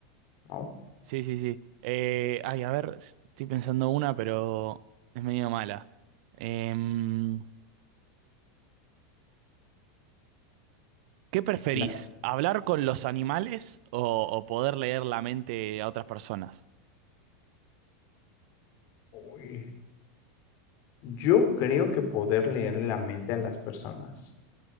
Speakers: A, on the left; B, on the right.
A: ¿no?
B: Sí, sí, sí. Eh, ay, a ver, s- estoy pensando una, pero es medio mala. Em, ¿qué preferís?
A: Da-
B: ¿Hablar con los animales o, o poder leer la mente a otras personas?
A: Uy. Yo creo que poder leer la mente a las personas,